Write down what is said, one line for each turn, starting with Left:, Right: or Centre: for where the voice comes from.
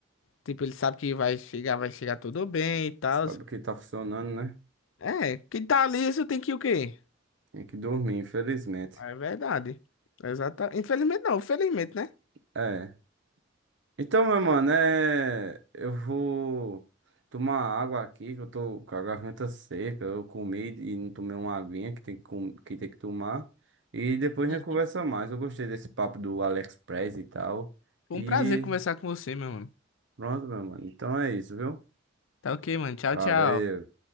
Left: Tipo, ele sabe que vai chegar, vai chegar tudo bem e tal.
Right: Sabe o que tá funcionando, né?
Left: É, que tá liso tem que o quê?
Right: Tem que dormir, infelizmente.
Left: É verdade. Exata. Infelizmente não, felizmente, né?
Right: É. Então, meu mano, é... eu vou tomar água aqui, que eu tô com a garganta seca. Eu comi e não tomei uma aguinha que tem que, com- que tem que tomar. E depois
Left: Uhum.
Right: a gente conversa mais. Eu gostei desse papo do AliExpress e tal.
Left: Foi
Right: E
Left: um prazer conversar com você, meu mano.
Right: pronto, meu mano. Então é isso, viu?
Left: Tá ok, mano. Tchau,
Right: Valeu.
Left: tchau.